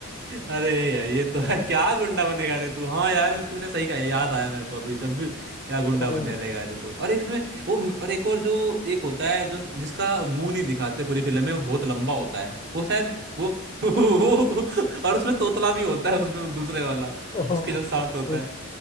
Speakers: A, on the right (about 50°); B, on the left (about 25°).
A: अरे यार ये तो है क्या गुंडा बनेगा रे तू हाँ यार तूने सही कहा याद आया मेरे को अभी जब भी क्या गुंडा
B: ओहो,
A: बने रहेगा रे तू और इसमें वो और एक और जो एक होता है जो जिसका मुंह नहीं दिखाते पूरी फिल्म में वो बहुत लंबा होता है वो शायद वो <laughs> और उसमें तोतला भी होता है उसमें दूसरे वाला
B: ओहो,
A: उसके जो साथ होता
B: ओहो,
A: है